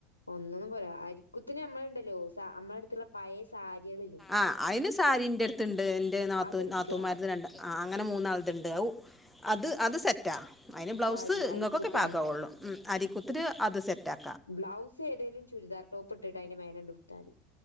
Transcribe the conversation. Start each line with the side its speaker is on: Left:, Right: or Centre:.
Left: ഒന്നൊന്നു പോരാ അരിക്കുത്തിന് നമ്മൾണ്ടല്ലോ നമ്മളടുത്ള്ള പയേ സാരികളില്ലേ
Centre: ആഹ് അയിന് സാരിൻ്റട്ത്ത്ണ്ട് ഇൻ്റെ നാത്തു
Left: അതെടുക്കുക
Centre: നാത്തൂന്മാര് രണ്ടാ ആ അങ്ങനെ മൂന്നാൾത്ണ്ട് ഔ അത് അത് സെറ്റാ അയിന് ബ്ലൗസ്
Left: സാരി അരിക്കുത്തിന്
Centre: ങ്ങക്കൊക്കെ പാകാ വൊള്ളൂ. ഉം അരിക്കുത്ത്ന് അത് സെറ്റ് ആക്
Left: ബ്ലൗസ് ഏതേലും ചുരിദാർ ടോപ്പ്ട്ട്ട്ട് അയിന്റെ മേലണ്ട് ഉട്ത്താതി